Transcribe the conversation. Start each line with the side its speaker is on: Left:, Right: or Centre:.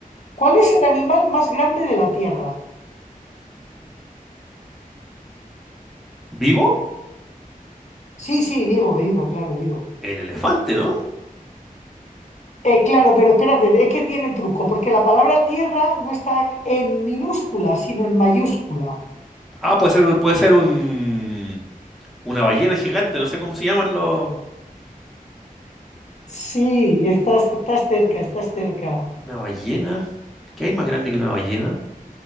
Left: ¿Cuál es el animal más grande de la Tierra?
Centre: ¿Vivo?
Left: Sí, sí, digo, vivo, claro, vivo.
Centre: El elefante, ¿no?
Left: Eh, claro, pero espérate, es que tiene truco, porque la palabra tierra no está en minúscula, sino en mayúscula.
Centre: Ah, puede ser un, puede ser un, una ballena gigante. No sé cómo se llaman los.
Left: Sí, estás, estás cerca, estás cerca.
Centre: Una ballena. ¿Qué hay más grande que una ballena?